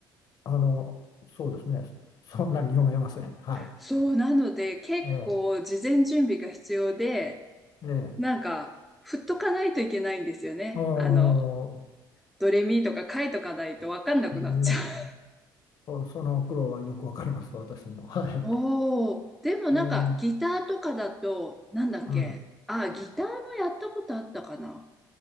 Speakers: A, on the left; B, in the centre.
A: あの、そうですね。そんなに読めません。はい。
B: そう、なので結構事前準備が必要で、
A: ええ、ええ、
B: なんか、振っとかないといけないんですよね。
A: お
B: あの、
A: ー、
B: ドレミとか書いとかないとわかんなくなっちゃう。
A: うん、おその苦労はよくわかります。私も。はい。
B: おお、でもなんかギターとかだと、
A: ええ、
B: なんだっけあ、
A: うん、
B: ギターもやったことあったかな